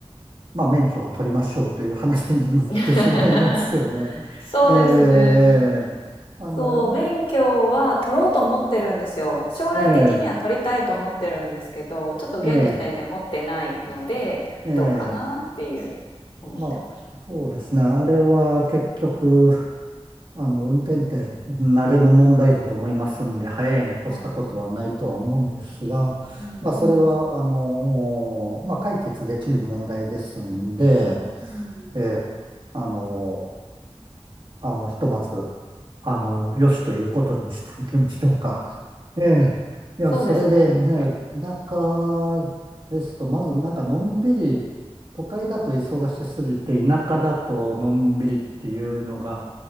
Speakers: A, on the right; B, on the left.
A: まあ、免許を取りましょうという話になってしまいますよね。
B: <laughs> そうですね。
A: ええ、あの、
B: そう、免許は取ろうと思ってるんですよ。将来的には取りたいと思ってるんですけど、
A: ええ、
B: ちょっと現時点で持ってないので、
A: ええ、ええ、
B: どうかなっていう
A: ええ
B: 思ってます。
A: まあ、そうですね。あれは結局、あの、運転って慣れの問題だと思いますんで、早いに越したことはないとは思うんですが、
B: はい。うん。
A: まあ、それは、
B: うん、
A: あの、まあ、解決できる問題ですんで、
B: うん。
A: ええ、あの、あの、ひとまず、あの、よしということにしておきましょうか。ええ。いや、
B: そうですね。
A: それでね、田舎ですと、まずなんかのんびり、都会だと忙しすぎて、田舎だとのんびりっていうのが、